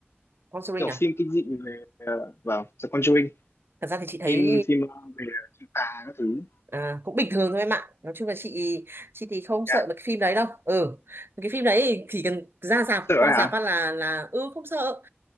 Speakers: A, on the right; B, on the left.
A: Conjuring
B: kiểu
A: à
B: phim kinh dị về ờ, vào The Conjuring
A: thật ra thì chị thấy
B: phim phim ờ, về chữ tà các thứ
A: à, cũng bình thường thôi em ạ nói chung là chị chị thì không sợ
B: Dạ.
A: mấy cái phim đấy đâu ừ cái phim đấy thì chỉ cần ra rạp
B: sợ
A: qua
B: ấy hả
A: rạp phát là là ừ không sợ